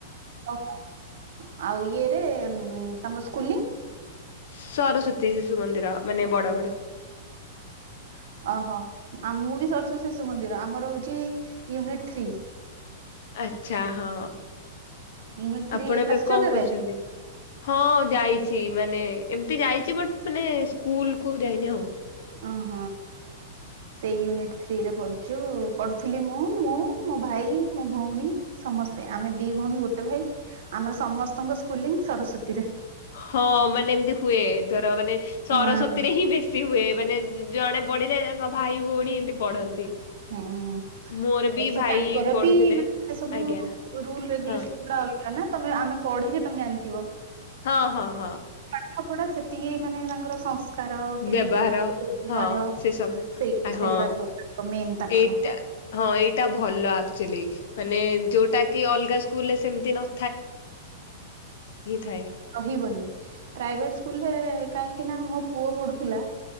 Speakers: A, on the right (about 55°); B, on the left (about 55°).
A: ଓହ ଆଉ ଇଏରେ ଉଂ ତମ ସ୍କୁଲି?
B: ସରସ୍ଵତୀ ଶିଶୁ ମନ୍ଦିର ମାନେ ବଡଗଡ
A: ଆଉଚି କୀରେ ଅହ ଆମୁବି ସରସ୍ୱତୀଶିଶୁମନ୍ଦିର ଆମର ହଉଚି ୟୁନିଟ୍ ଥ୍ରୀ
B: ଆଛା ହଁ।
A: ୟୁନିଟ ଥ୍ରୀ
B: ଆପଣ ଏବେ
A: ଆସିଛ
B: କଁ
A: କେବେ
B: କରୁଛନ୍ତି ହଁ ଯାଇ। ଛି ମାନେ ଏମିତି ଯାଇଛି ବଟ ମାନେ ସ୍କୁଲ କୁ ଯାଇନି ଆଉ।
A: ଅଂହ ସେଇ ୟୁନିଟ୍ ଥ୍ରୀରେ ପଢୁଛି ଯୋଉ ପଢୁଥିଲି ମୁଁ ମୁଁ ମୋ ଭାଇ ମୋ ଭଉଣୀ ସମସ୍ତେ ଆମେ ଦି ଭଉଣୀ ଗୋଟେ ଭାଇ ଆମର ସମସ୍ତଙ୍କ ସ୍କୁଲିଂ ସରସ୍ଵତୀ
B: ହଁ ମାନେ ଏମିତି ହୁଏ ଧର ମାନେ ସରସ୍ୱତୀ
A: ହଁ
B: ରେ ହିଁ ବେଶୀ ହୁଏ ମାନେ ଜଣେ ପଢିଲେ ତାଙ୍କ ଭାଇ ଭଉଣୀ ଏମିତି ପଢନ୍ତି
A: ହୁଁ ଉକ୍ସ୍ୟା
B: ମୋର ବି ଭାଇ
A: ତାଙ୍କର
B: ପଢୁଥିଲେ
A: ବି ମାନେ ସବୁ
B: ଆଜ୍ଞା
A: ରୁଲ ରେଗୁଲେସନ
B: ହଁ
A: ଗୁଡ଼ା ଅଲଗା। ନାନା ତମେ ଆମେ ପଢିକି ତମେ ଜାଣିଥିବ।
B: ହଁ ହଁ ହଁ
A: ପାଠପଢା ସେତିକି ମାନେ ତାଙ୍କର ସଂସ୍ ତାର କେମିତି
B: ବ୍ୟବହାର
A: ମାର୍କ ବାହାରିବ
B: ହଁ ସେ ସବୁ
A: ସେ
B: ଆ
A: ସେଗଡା
B: ହଁ
A: ସବୁ ମେନ୍ ତାଙ୍କର
B: ଏଇଟା ହଁ ଏଇଟା ଭଲ ଆକ୍ଚୁଆଲି ମାନେ ଯୋଉଟା କି ଅଲଗା ସ୍କୁଲ ରେ ସେମିତି ନ ଥାଏ।
A: ରହିବନି ପ୍ରାଇଭେଟ ସ୍କୁଲରେ କାଇଁ ନା ମୋ ପୁଅ ପଢୁଥିଲା